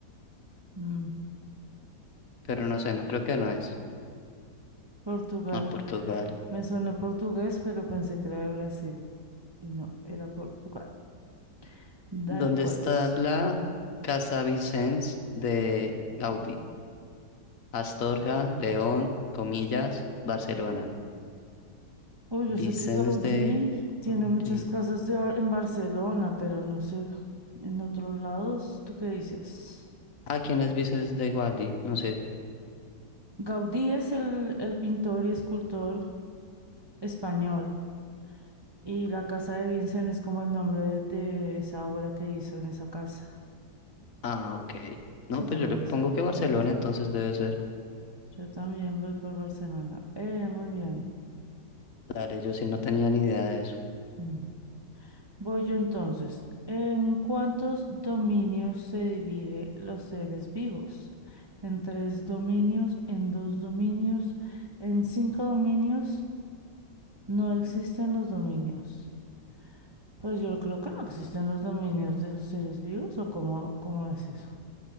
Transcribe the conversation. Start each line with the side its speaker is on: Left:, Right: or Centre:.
Right: Mm,
Left: pero no sé, no creo que no es.
Right: Portugal.
Left: A Portugal.
Right: Me sonó portugués, pero pensé que era de Brasil. Y no, era Portugal. Dale
Left: ¿Dónde
Right: pues.
Left: está la Casa Vicens de Gaudí? Astorga, León, comillas, Barcelona.
Right: Uy,
Left: Vicens
Right: yo sé que Gaudí
Left: de
Right: tiene
Left: Gaudí.
Right: muchas casas de Bar- en Barcelona, pero no sé, en otros lados, ¿tú qué dices?
Left: Ah, ¿quién es Vicens de Gaudí? No sé.
Right: Gaudí es el, el pintor y escultor español, y la casa de Vincent es como el nombre de, de esa obra que hizo en esa casa.
Left: Ah, ok. No,
Right: Sí,
Left: pues
Right: también
Left: yo le pongo
Right: es arquitecto.
Left: que Barcelona, entonces debe ser.
Right: Yo también voy por Barcelona. Eh, muy bien.
Left: Dale, yo sí no tenía ni idea de eso.
Right: Mm. Voy yo entonces. ¿En cuántos dominios se divide los seres vivos? ¿En tres dominios? ¿En dos dominios? ¿En cinco dominios? No existen los dominios. Pues yo creo que no existen los dominios de los seres vivos, ¿o cómo, cómo es eso?